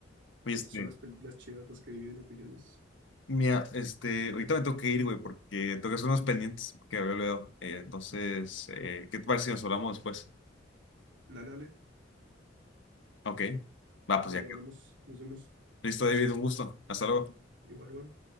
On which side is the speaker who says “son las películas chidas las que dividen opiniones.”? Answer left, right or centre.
Right